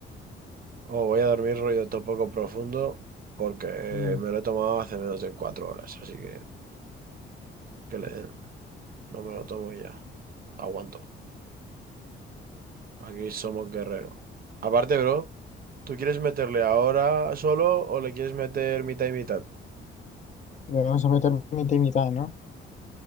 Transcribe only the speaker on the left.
Ya.
Le vamos a meter mitad y mitad, ¿no?